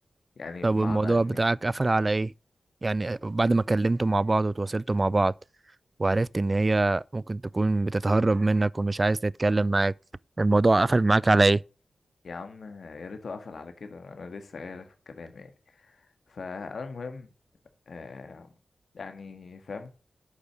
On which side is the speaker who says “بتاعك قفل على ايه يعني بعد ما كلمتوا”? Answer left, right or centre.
Right